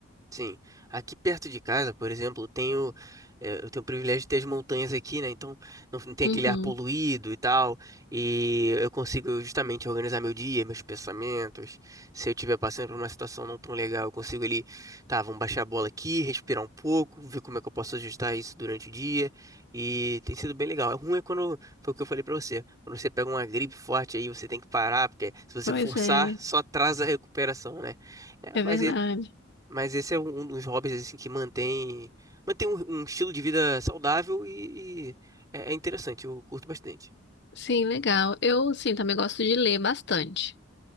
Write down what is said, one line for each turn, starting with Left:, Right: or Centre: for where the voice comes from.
Right: Sim. Aqui perto de casa, por exemplo, tenho, eh, eu tenho o privilégio de ter as montanhas aqui, né? Então não, não tem
Left: Uhum.
Right: aquele ar poluído e tal. E eu consigo justamente organizar meu dia, meus pensamentos. Se eu estiver passando por uma situação não tão legal, eu consigo ali, tá, vamos baixar a bola aqui, respirar um pouco, ver como é que eu posso ajustar isso durante o dia. E tem sido bem legal. É ruim é quando, foi o que eu falei pra você, quando você pega uma gripe forte aí, você tem que parar, porque se você
Left: Pois
Right: forçar,
Left: é,
Right: só atrasa a recuperação, né? É,
Left: é
Right: mas
Left: verdade.
Right: mas esse é um dos hobbies assim que mantém mantém um, um estilo de vida saudável e, e é, é interessante, eu curto bastante.
Left: Sim, legal. Eu, sim, também gosto de ler bastante.